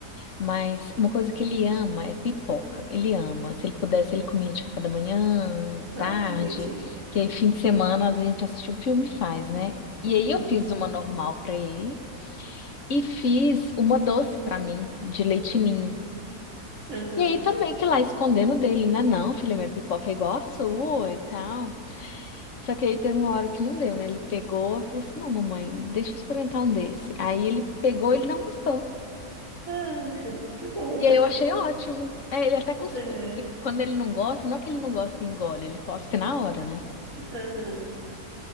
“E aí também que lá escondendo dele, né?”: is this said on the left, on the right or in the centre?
Left